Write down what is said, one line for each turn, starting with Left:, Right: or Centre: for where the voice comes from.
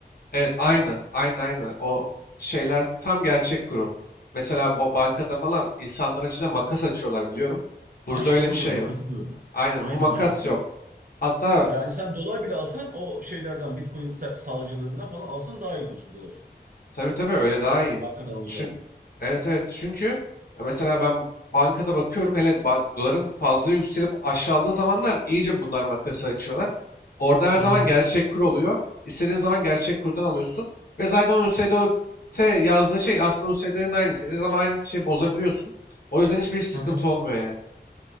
Left: Evet aynı. Aynı aynı. O şeyler tam gerçek kuru. Mesela ba- bankada falan insanların içine makas açıyorlar biliyorum. Burada
Right: Ha işte
Left: öyle
Right: onu
Left: bir şey
Right: diyorum makası
Left: yok.
Right: diyorum.
Left: Aynen
Right: Aynen
Left: bu makas
Right: aynen.
Left: yok. Hatta
Right: Yani sen dolar bile alsan o şeylerden Bitcoin sa- sağlayıcılarından falan alsan daha iyi diyorsun dolar.
Left: Tabii tabii öyle daha iyi.
Right: Hakikaten alacağını.
Left: Çün- evet evet çünkü ya mesela ben bankada bakıyorum hele ba- doların fazla yükselip aşağıladığı zamanlar iyice bunlar makası açıyorlar. Orada her
Right: Hı
Left: zaman
Right: hı.
Left: gerçek kur oluyor. İstediğin zaman gerçek kurdan alıyorsun. Ve zaten o U S D O t yazdığı şey aslında USDT'nin aynısı. İstediğin zaman aynı şeyi bozabiliyorsun. O yüzden hiçbir sıkıntı
Right: Hı hı.
Left: olmuyor yani.